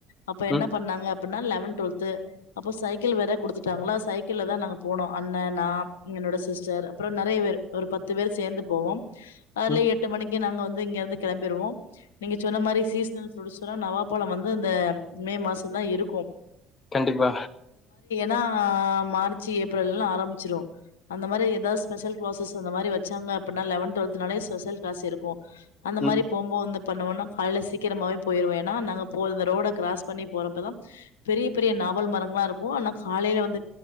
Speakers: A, on the left (about 80°); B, on the left (about 35°).
A: அப்ப என்ன
B: ம்
A: பண்ணாங்க அப்பன்னா லவன் டுவெல்த்து அப்போ சைக்கிள் வேற குடுத்துட்டாங்களா சைக்கிள்ளதா நாங்க போனோ அண்ணா நா எங்களோட சிஸ்டர் அப்றோ நெறைய பேரு ஒரு பத்து பேர் சேந்து போவோ ஏர்லி
B: ம்
A: எட்டு மணிக் கி நாங்க வந்து இங்க இருந்து கெளம்பிருவோ நீங்க சொன்ன மாரி சீஸ்னல் ஃபுரூட்ஸலா நவாப்பழ வந்து இந்த மே மாசதா இருக்கு
B: கண்டிப்பா
A: நா மார்சு ஏப்ரல்னு ஆரம்ச்சிரு அந்த மாரி எதாவ்து ஸ்பெஷல் கிளாஸ்ஸஸ் அந்த மாரி வச்சாங்க அப்பிட்னா லவன் டுவெல்த்துனாலே ஸ் பெசல் கிளாஸ் இருக்கு அந்த
B: ம்
A: மாரி போம்போ அந்த தண்ணுவோனா காலைல சீக்கிரமாவே போயிருவே ஏனா நாங்க போய் இந்த ரோட கிராஸ் பண்ணி போறப்பதா பெரிய பெரிய நாவல் மரங்களா இருக்கு ஆனா காலைல வந்து